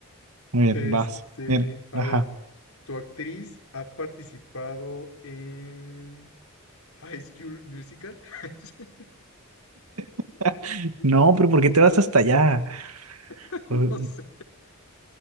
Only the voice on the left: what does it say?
Este,
a
ver, ¿tu actriz ha participado en High School Musical? <laughs>
<laughs>
No sé,